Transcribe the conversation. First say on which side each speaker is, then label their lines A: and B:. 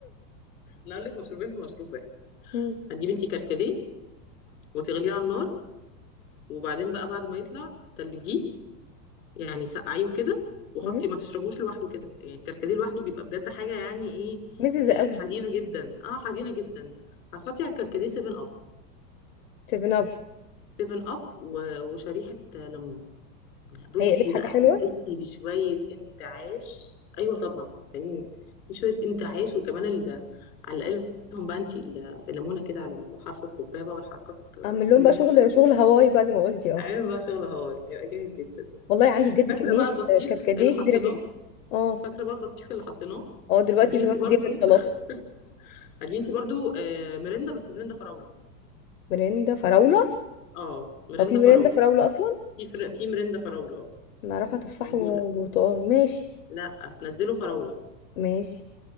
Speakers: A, on the left; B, on the left.
A: انا هقول لك مشروبين في مشروب واحد
B: <laughs> مم.
A: هتجيبي انتي كركديه وتغليه على النار وبعدين بقى بعد ما يطلع تلجيه يعني سقعيه وكده وحطي
B: مم.
A: ما تشربوش لوحده كده يعني الكركديه لوحده بيبقى بجد حاجه يعني ايه
B: مزز
A: آه،
B: قوي
A: حزينه جدا اه حزينه جدا هتحطي على الكركديه 7 اب
B: سيفن اب
A: 7 اب و- وشريحه ليمون يعني بصي
B: هيقلب حاجه
A: بقى
B: حلوه
A: هتحسي بشوية انتعاش أيوة طبعا يعني شوية انتعاش وكمان ال... على الأقل لهم بقى انتي ال- الليمونة كده على حرف الكوباية بقى والحركات
B: اعمل
A: الجميلة
B: لهم بقى
A: بتاعتك
B: شغل
A: دي
B: شغل هواي بقى زي ما قلتي اه
A: عامل بقى شغل هو هيبقى جامد جدا
B: والله عندي بجد
A: فاكرة
B: كميه
A: بقى البطيخ
B: كركديه
A: اللي حطيناه
B: كبيره جدا اه
A: فاكرة بقى البطيخ اللي حطيناه
B: اه دلوقتي
A: هتجيبي
B: زمان
A: انتي برضو
B: جبت خلاص
A: <laughs> هتجيبي انتي برضو آه، مرندة بس مرندة فراولة
B: مرندة فراولة
A: اه مرندة
B: هو في مرندة
A: فراولة
B: فراولة أصلا
A: في فر... في مرندة فراولة اه
B: نعرفها تفاح
A: موجودة
B: و- وبرتقال ماشي
A: لا نزلوا فراولة
B: ماشي